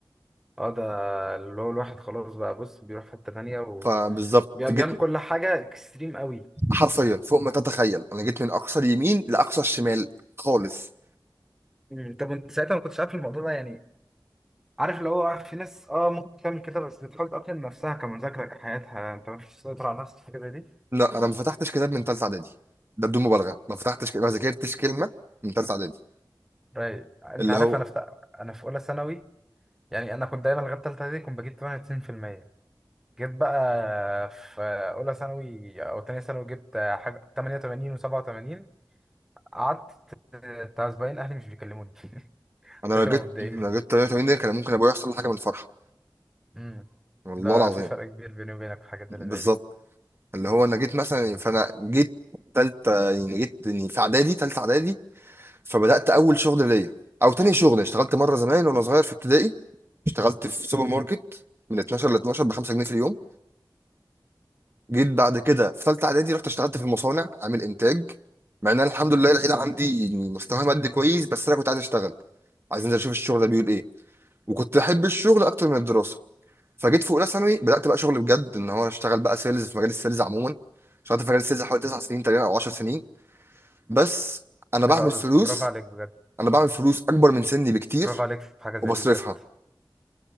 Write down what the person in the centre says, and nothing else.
اه ده اللي هو الواحد خلاص بقى بص بيروح في حتة تانية
وبيعمل
كل حاجة اكستريم قوي
مم. طب انت ساعتها ما كنتش عارف الموضوع ده يعني عارف اللي هو في ناس اه ممكن تعمل كده بس بتحاول تقتل نفسها كمذاكرة كحياتها انت مش تسيطر على نفسك في حاجة زي دي
رايق انت
عارف
انا في تق- انا في اولى ثانوي يعني انا كنت دايما لغايه ثالثه دي كنت بجيب 98% جيت بقى في اولى ثانوي او ثانيه ثانوي جبت حاجه 88 و87 قعدت بتاع اسبوعين اهلي مش بيكلموني <laughs>
كنت
لما متضايقين
مني
امم
ده
في فرق كبير بيني وبينك في الحاجات
اللي زي دي
حلو قوي
برافو عليك بجد
برافو عليك في حاجه زي
دي بجد